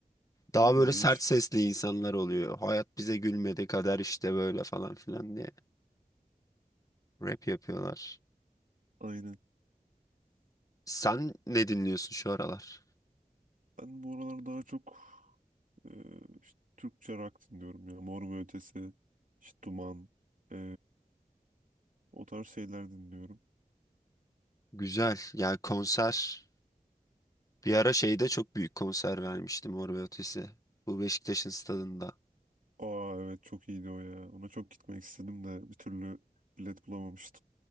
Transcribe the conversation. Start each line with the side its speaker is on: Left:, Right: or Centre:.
Left: Daha
Right: Aynen
Left: böyle
Right: değişik.
Left: sert sesli insanlar oluyor. Hayat bize gülmedi, kader işte böyle falan filan diye rap yapıyorlar.
Right: Aynen.
Left: Sen ne dinliyorsun şu aralar?
Right: Ben bu aralar daha çok e, işte Türkçe rock dinliyorum ya. Mor ve Ötesi, işte Duman, e, o tarz şeyler dinliyorum.
Left: Güzel. Yani konser. Bir ara şeyde çok büyük konser vermiştim Mor ve Ötesi. Bu Beşiktaş'ın stadında.
Right: Aa evet çok iyiydi o ya. Ona çok gitmek istedim de bir türlü bilet bulamamıştım.